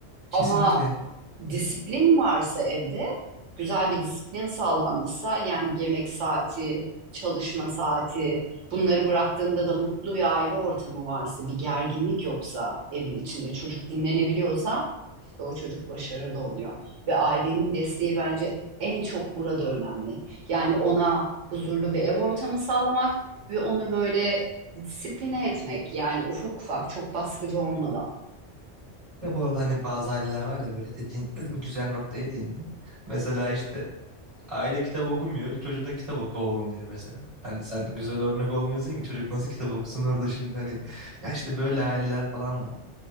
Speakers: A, on the right; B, on the right.
A: Kesinlikle.
B: Ama Disiplin varsa evde, güzel bir disiplin sağlanmışsa yani yemek saati, çalışma saati, bunları bıraktığında da mutlu bir aile ortamı varsa, bir gerginlik yoksa evin içinde çocuk dinlenebiliyorsa işte o çocuk başarılı oluyor. Ve ailenin desteği bence en çok burada önemli. Yani ona huzurlu bir ev ortamı sağlamak ve onu böyle disipline etmek yani ufak ufak çok baskıcı olmadan.
A: Ya bu arada hani bazı aileler var ya böyle dediğin <clears throat> güzel noktaya değindin. Mesela işte aile kitap okumuyor. Çocuğuna kitap oku oğlum diyor mesela. Hani sen güzel örnek olmuyorsun ki çocuk nasıl kitap okusun orada şimdi hani. Ya işte böyle aileler falan da